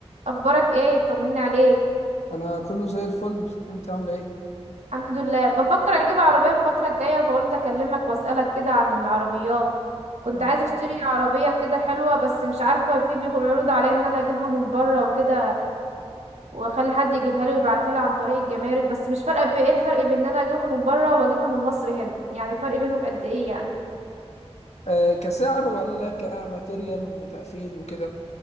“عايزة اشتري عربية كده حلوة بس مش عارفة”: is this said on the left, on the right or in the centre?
Right